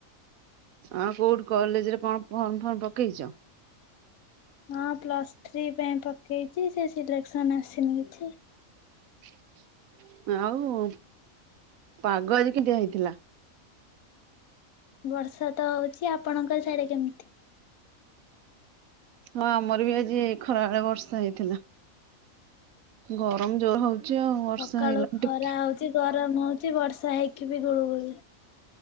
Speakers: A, on the right; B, on the left.
A: ଆଉ କୋଉଠି କଲେଜରେ କଣ ଫର୍ମ ଫର୍ମ ପକେଇଛ?
B: ହଁ ପ୍ଲସ ଥ୍ରୀ ପାଇଁ ପକେଇଛି ସେ ସିଲେକ୍ସନ ଆସିନି କିଛି।
A: <inaudible> ଆଉ ପାଗ ଆଜି କେମିତୀଆ ହେଇଥିଲା?
B: ବର୍ଷା ତ ହଉଛି ଆପଣଙ୍କ ସିଆଡେ କେମିତି?
A: ହଁ ଆମର ବି ଆଜି ଖରା ବେଳେ ବର୍ଷା ହେଇଥିଲା। ଗରମ ଯୋର ହଉଛି। ଆଉ ବର୍ଷା
B: ସକାଳୁ
A: ହେଇଲାଣି
B: ଖରା
A: ଟିକେ
B: ହଉଚି ଗରମ ହଉଚି ବର୍ଷା ହେଇକି ବି ଗୁଳୁ ଗୁଳି।